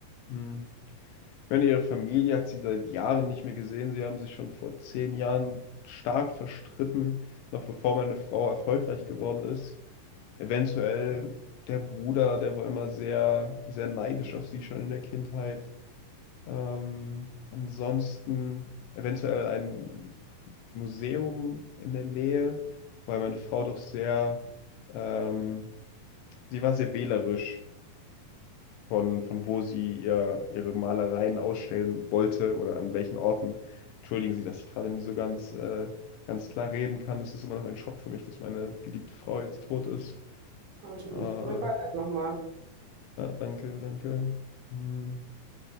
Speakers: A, on the left; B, on the right.
A: hm. Ich meine, ihre Familie hat sie seit Jahren nicht mehr gesehen. Sie haben sich schon vor zehn Jahren stark verstritten, noch bevor meine Frau erfolgreich geworden ist. Eventuell der Bruder, der war immer sehr, sehr neidisch auf sie schon in der Kindheit. Ähm, ansonsten eventuell ein Museum in der Nähe, weil meine Frau doch sehr, ähm, sie war sehr wählerisch von, von wo sie ihr, ihre Malereien ausstellen wollte oder an welchen Orten. Entschuldigen Sie, dass ich gerade nie so ganz, äh, ganz klar reden kann. Es ist immer noch ein Schock für mich, dass meine geliebte Frau jetzt tot ist.
B: natürlich,
A: Äh, ja,
B: mein Beileid nochmal.
A: danke, danke. Hm,